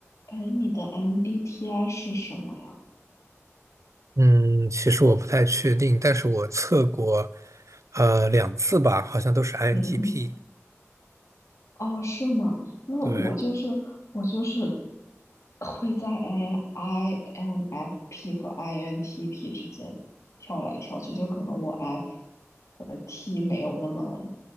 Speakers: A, on the left; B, on the right.
A: 哎，你的 MBTI 是什么呀？
B: 嗯，其实我不太确定，但是我测过，呃，两次吧，好像都是 INTP。
A: 嗯嗯，哦，是吗？那我就是我就是
B: 对，
A: 会在哎 I INFP 和 INTP 之间跳来跳去，就可能我 F 和 T 没有那么